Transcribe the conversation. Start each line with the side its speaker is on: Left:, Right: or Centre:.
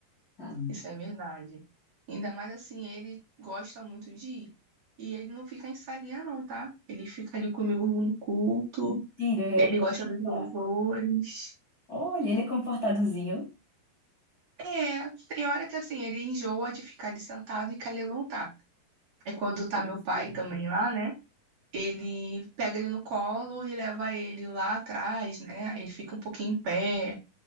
Left: sabe?
Right: isso é verdade. Ainda mais assim, ele gosta muito de ir. E ele não fica em salinha, não, tá? Ele fica ali comigo no culto,
Left: Mentira, eu ia
Right: ele
Left: perguntar.
Right: gosta dos louvores.
Left: Olha, ele é comportadozinho.
Right: É, tem hora que assim, ele enjoa de ficar ali sentado e quer levantar. É quando
Left: Ele
Right: tá
Left: quer
Right: meu
Left: passear.
Right: pai também lá, né? ele pega ele no colo e leva ele lá atrás, né? Aí ele fica um pouquinho em pé,